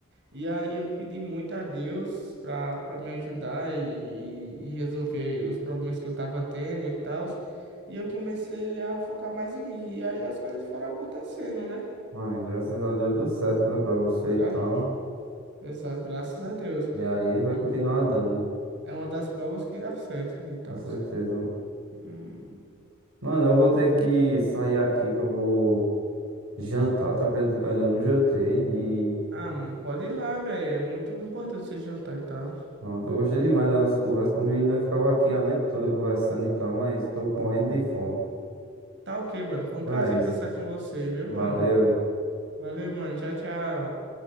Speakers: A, on the right (about 55°); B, on the right (about 75°).
A: E aí eu pedi muito a Deus pra, pra me ajudar e, e- e resolver os problemas que eu tava tendo e tal. E eu comecei a focar mais em mim. E aí as coisas foram acontecendo, né?
B: Ai, graças a Deus deu certo, né, pra você
A: Gra
B: e tal.
A: Exato, graças a Deus.
B: E aí vai
A: E
B: continuar dando,
A: é uma das provas que dá certo e tal.
B: com certeza.
A: Hum,
B: Mano, eu vou ter que sair aqui que eu vou jantar. Tu acredita que eu ainda não jantei? E
A: Ah, mano, pode ir lá, velho. É muito importante você jantar e tal.
B: pronto, eu gostei demais da nossa conversa. Por mim, ainda ficava aqui a noite toda conversando e tal, mas tô morrendo de fome.
A: Tá ok, mano. Foi um
B: Então
A: prazer
B: é isso.
A: conversar com você, viu,
B: Valeu.
A: mano? Valeu, mano. Tchau, tchau.